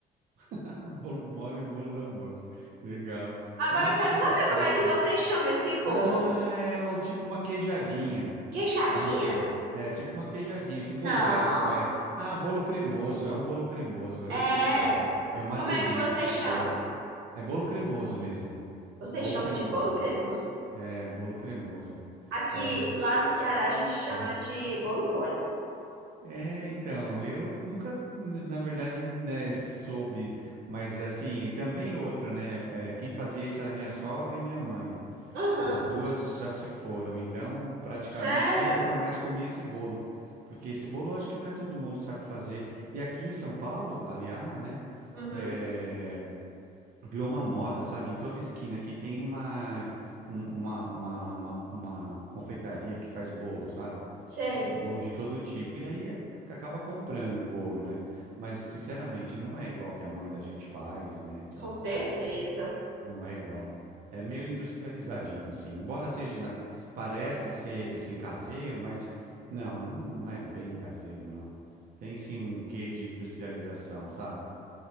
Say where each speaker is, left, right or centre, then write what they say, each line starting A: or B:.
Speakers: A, on the right (about 55°); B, on the right (about 80°).
A: <laughs> Bolo mole, e bolo do almoço. Legal.
B: Agora,
A: Oh,
B: eu
A: interessante.
B: quero saber como é que vocês chamam esse bolo.
A: Ah, é o tipo uma queijadinha.
B: Queijadinha?
A: É uma, é tipo uma queijadinha. Esse bolo
B: Não,
A: vai, vai. Ah, bolo cremoso. É um bolo cremoso. Eu
B: é.
A: sei qual é. É uma
B: Como
A: delícia
B: é que vocês
A: esse
B: chamam?
A: bolo. É bolo cremoso mesmo.
B: Vocês
A: Bolo
B: chamam
A: cremoso.
B: de bolo cremoso.
A: É bolo cremoso.
B: Aqui,
A: É.
B: lá no Ceará, a gente chama
A: aham.
B: de bolo mole.
A: É, então, eu nunca, na verdade, né, soube, mas assim, e também outra, né? é, quem fazia isso era minha sogra e minha mãe.
B: Aham,
A: As duas já se foram, então praticamente
B: sério?
A: eu nunca mais comi esse bolo, porque esse bolo eu acho que não é todo mundo que sabe fazer. E aqui em São Paulo, aliás, né,
B: Uhum,
A: eh, virou uma moda, sabe? Em toda esquina aqui tem uma, um- uma, uma, uma, uma confeitaria que faz bolo, sabe?
B: sei,
A: Bolo de todo tipo. E aí é- acaba comprando o bolo, né? Mas sinceramente não é igual que a mãe da gente faz, né, e tal.
B: com certeza.
A: Não é igual. É meio industrializadinho, assim. Embora seja, na- parece ser assim caseiro, mas não, não é bem caseiro, não. Tem sim um quê de industrialização, sabe?